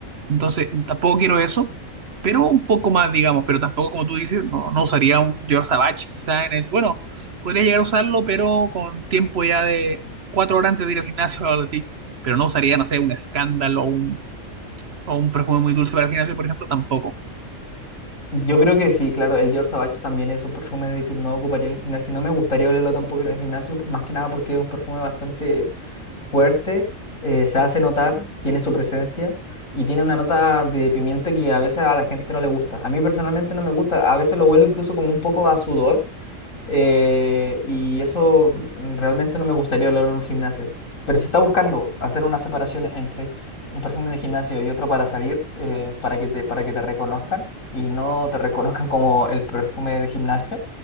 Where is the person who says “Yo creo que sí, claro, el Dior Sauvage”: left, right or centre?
Left